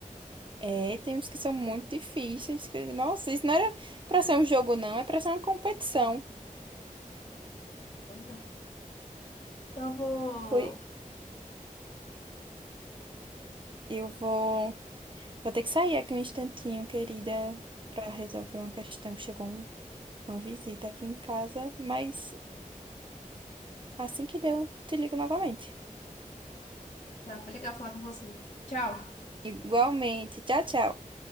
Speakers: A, on the right; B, on the left.
A: É, tem uns que são muito difíceis. que- Nossa, isso não era pra ser um jogo, não. É pra ser uma competição.
B: Pois é. Então eu vou.
A: Foi. Eu vou. Vou ter que sair aqui um instantinho, querida, para resolver uma questão. Chegou um- uma visita aqui em casa, mas assim que deu, te ligo novamente.
B: Tá, foi legal falar com você. Tchau.
A: Igualmente. Tchau, tchau.